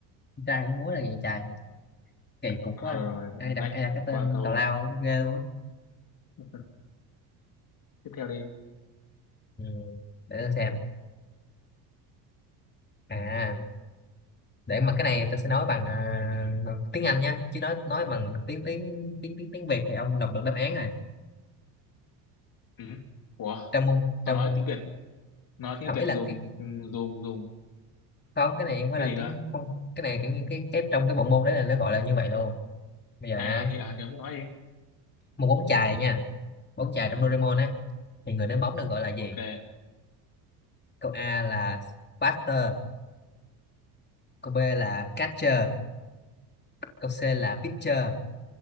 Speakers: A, on the left; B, on the left.
A: trai cũng múa là vậy trời kỳ cục
B: à,
A: quá
B: rồi, rồi, rồi
A: ai đặt
B: next
A: ai đặt cái tên
B: qua câu
A: tào lao á, ghê luôn á
B: <laughs> tiếp theo đi
A: Ừ. để tôi xem à để mà cái này tôi sẽ nói bằng à, bằng tiếng Anh nhá chứ nói nói bằng tiếng tiếng tiếng tiếng tiếng Việt thì ông đọc được đáp án rồi
B: ừ. ủa
A: trong môn trong
B: tôi nói tiếng Việt nói tiếng
A: không
B: Việt
A: ý là
B: dùng
A: cái
B: ừ, dùng dùng
A: không cái này không phải
B: cái
A: là
B: gì
A: tiếng
B: cơ
A: không cái này kiểu như cái, cái trong cái bộ môn đấy là nó gọi là như vậy luôn bây giờ
B: à
A: nha
B: thì à thì ông cứ nói đi
A: một bóng chày nha bóng chày trong Doraemon ấy thì người ném bóng được gọi là gì
B: ok
A: câu A là Buster Câu B là catcher, câu C là pitcher,